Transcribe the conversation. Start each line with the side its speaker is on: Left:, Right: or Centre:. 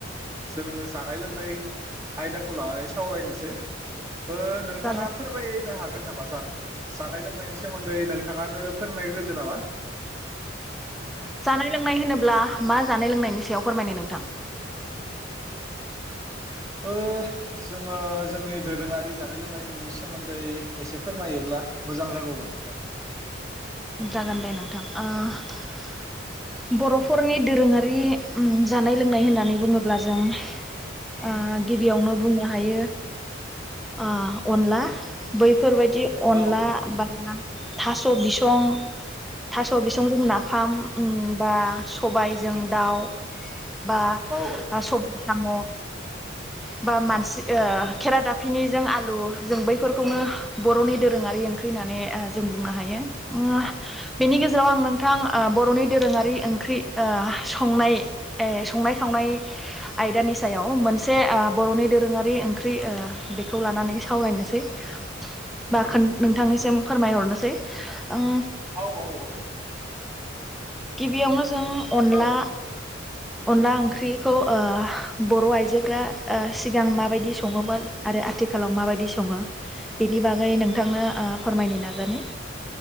Right: जोङो जानाय लोंनाय आयदाखौ लानानै सावरायनोसै ओ नोंथाङा
Centre: जागोन
Right: फोरमायनो हा हागोन नामा जानो जानाय लोंनायनि सोमोन्दै नोंथाङानो फोरमायग्रोदो नामा।
Centre: जानाय लोंनाय होनोब्ला मा जानाय लोंनायनि सायाव फोरमायनो नोंथां।
Right: ओ जोङो जोंनि दोरोङारि जानाय लोंनायनि सोमोन्दै एसे फोरमायोब्ला मोजां जागौमोन नोंथां।
Centre: जागोन दे नोंथां ओ। बर'फोरनि दोरोङारि आरि ओम जानाय लोंनाय होननानै बुङोब अब्ला जों ओ गिबियावनो बुङो नो हायो। ओ अनला बै फोरबायदि अनला
Right: औ औ
Centre: बा थास बिस समं थास' बिसंजों नाफाम उम बा सबायजों दाउ बा
Right: औ
Centre: सब साम' बा मानसि खेराादाफिनिजों आलु जों बैफोरखौनो बर'नि दोरोङारि ओंख्रि होननानै जों बुंनो हायो। ओम बेनि गेजेराव आं नोंथां आ बर'नि दोरोङारि ओंख्रि ओ संनाय संनाय खावनाय आयदानि सायाव मोनसे बर'नि दोरोङारि ओंख्रि ओ बेखौ लानानै सावरायनोसै । ब नोंथांनिसिम फोरमायहरनोसै। ओं
Right: औ औ औ
Centre: गिबियावनो जों अनला
Right: औ
Centre: अनला ओंख्रिखौ ओ बर' आइजोफ्रा ओ सिगां माबायदि सङोमोन आरो आथिखालाव माबायदि सङो? बेनि बागै नोंथांनो ओ फोरमायनि नाजानि।